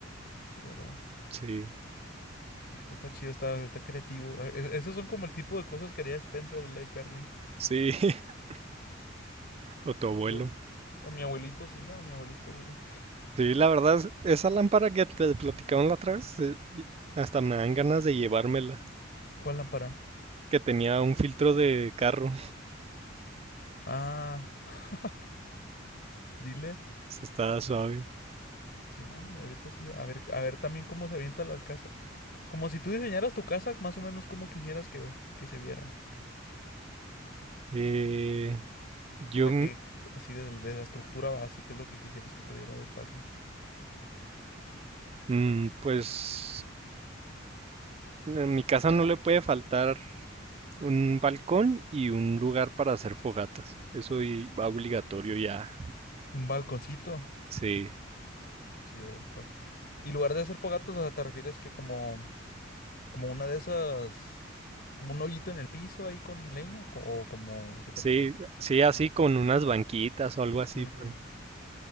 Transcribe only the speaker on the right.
Sí,
sí, <laughs> o tu abuelo.
Sí, la verdad, esa lámpara que te platicaban la otra vez, eh, hasta me dan ganas de llevármela.
que tenía un filtro de carro.
Sí, Estaba suave.
Eh, yo,
mm,
mm, pues, en mi casa no le puede faltar un balcón y un lugar para hacer fogatas. Eso y- va obligatorio ya.
Sí,
sí,
sí, así con unas banquitas o algo así.
pero